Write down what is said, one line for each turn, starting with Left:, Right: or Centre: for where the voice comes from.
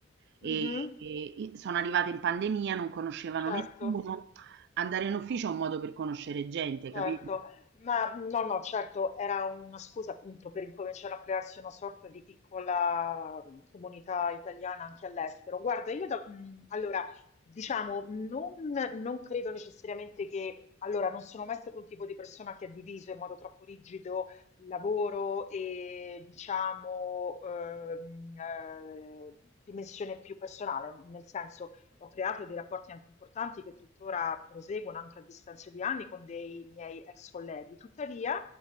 Right: e
Left: Mhm.
Right: e i sono arrivate in pandemia, non conoscevano
Left: Certo.
Right: nessuno. Andare in ufficio è un modo per conoscere gente,
Left: Certo,
Right: capito?
Left: ma no, no, certo, era una scusa appunto per incominciare a crearsi una sorta di piccola mh, comunità italiana anche all'estero. Guarda, io da- mh, allora, diciamo, non, non credo necessariamente che, allora, non sono mai stato un tipo di persona che ha diviso in modo troppo rigido lavoro e, diciamo, ehm, eh, dimensione più personale, nel senso ho creato dei rapporti anche importanti che tuttora proseguono anche a distanza di anni con dei miei ex colleghi. Tuttavia,